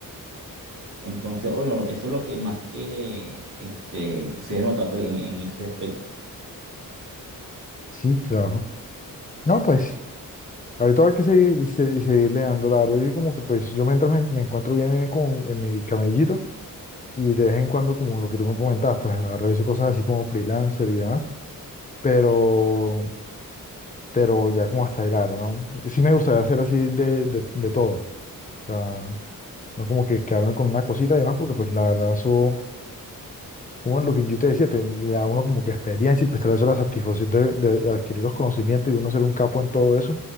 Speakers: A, on the right; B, on the left.
A: Entonces, bueno, eso es lo que más que este, se nota pues, en, en ese aspecto.
B: sí, claro. No, pues, ahorita hay que seguir, se- seguirle dando la verdad. Yo como que pues yo mientras me, me encuentro bien en, como en mi camellito y de vez en cuando como lo que tú me comentabas, pues realizo cosas así como freelancer y demás, pero, pero ya como hasta hilar, ¿no? Sí me gustaría hacer así de, de, de todo. O sea, no como que quedarme con una cosita y demás, porque pues la verdad eso Como lo que yo te decía, te, le da a uno como que experiencia y pues trae eso la satisfacción de, de adquirir los conocimientos y uno ser un capo en todo eso.